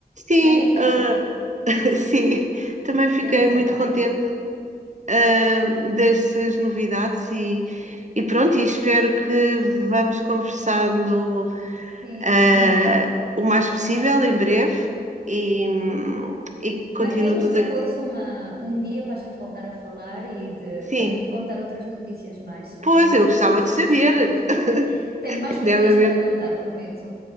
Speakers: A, on the right (about 50°); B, on the right (about 70°).
A: Sim,
B: Bem, Isabel.
A: ah, <laughs> Sim, também fiquei
B: Bem, Isabel.
A: muito contente ah, dessas novidades e, e pronto, e espero que vamos conversando
B: Sim,
A: ah,
B: Isabel.
A: o mais possível em breve e,
B: Sim.
A: e continuo
B: Marquemos
A: tudo
B: depois
A: aqui.
B: uma, um dia para a gente voltar a falar e de,
A: Sim,
B: também te contar outras notícias mais.
A: pois
B: Tenho muitas
A: eu gostava
B: coisinhas,
A: de saber.
B: <laughs>
A: <laughs>
B: tenho mais coisinhas
A: Deve haver.
B: para contar, prometo.